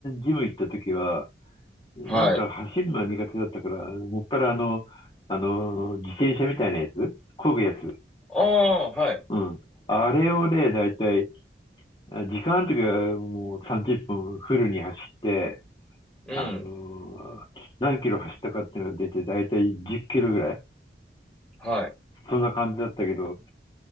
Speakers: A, on the left; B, in the centre.
A: ジム行った時は、なんか走るのは苦手だったから、
B: はい。
A: もっぱらあの、あの、自転車みたいなやつ漕ぐやつ。
B: ああ、はい。
A: うん。あれをね、だいたい、あ時間ある時はもう30分フルに走って、
B: うん。
A: あの、何キロ走ったかっていうのが出て、だいたい10キロぐらい。
B: はい。
A: そんな感じだったけど、